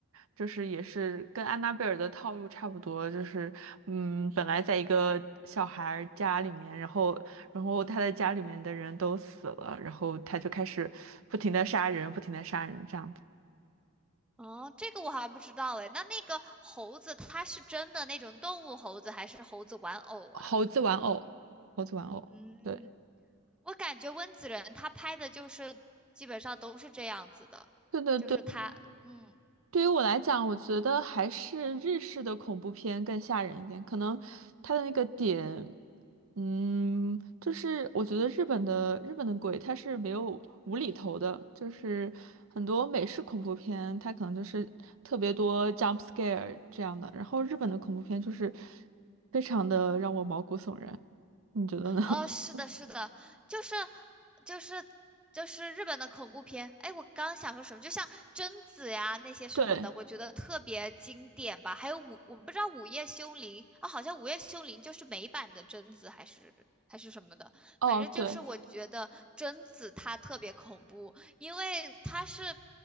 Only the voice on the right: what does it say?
就是也是跟安娜贝尔的套路差不多，就是嗯，本来在一个小孩儿家里面，然后然后他的家里面的人都死了，然后他就开始不停的杀人，不停的杀人，这样子。
猴子玩偶，猴子玩偶，
对
对对对。
对于我来讲，我觉得还是日式的恐怖片更吓人一点。可能它的那个点，嗯，就是我觉得日本的日本的鬼它是没有无厘头的，就是很多美式恐怖片它可能就是特别多 jump scare 这样的，然后日本的恐怖片就是非常的让我毛骨悚然。你觉得呢？
<laughs>
对，
哦，
对